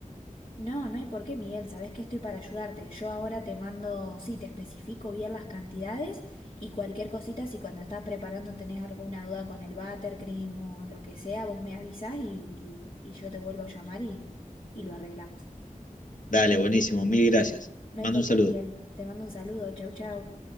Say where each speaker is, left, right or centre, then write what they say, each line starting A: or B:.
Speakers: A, on the left; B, on the left.
A: No, no hay por qué, Miguel. Sabés que estoy para ayudarte. Yo ahora te mando, sí, te especifico bien las cantidades y cualquier cosita, si cuando estás preparando tenés alguna duda con el buttercream o lo que sea, vos me avisás y, y, y yo te vuelvo a llamar y, y lo arreglamos.
B: Dale, buenísimo. Mil gracias.
A: No
B: Te
A: hay
B: mando
A: por
B: un
A: qué,
B: saludo.
A: Miguel. Te mando un saludo. Chau, chau.